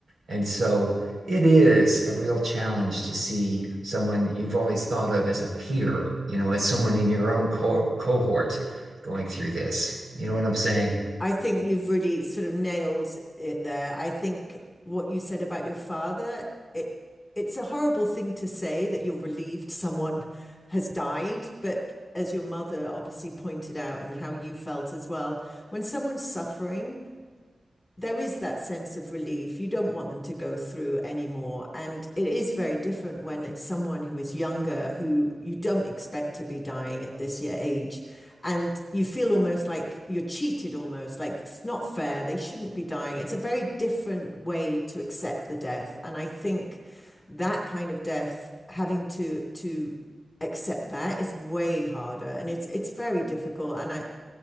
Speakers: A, on the right; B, on the left.
A: And so it is a real challenge to see someone you've always thought of as a peer, you know, as someone in your own co cohort going through this. You know what I'm saying?
B: I think you've really sort of nailed it there. I think what you said about your father, it it's a horrible thing to say that you're relieved someone has died, but as your mother obviously pointed out and how you felt as well, when someone's suffering, there is that sense of relief. You don't want them to go through anymore. And it is very different when it's someone who is younger, who you don't expect to be dying at this year age. And you feel almost like you're cheated, almost like it's not fair. They shouldn't be dying. It's a very different way to accept the death. And I think that kind of death, having to, to, accept that is way harder and it's it's very difficult and I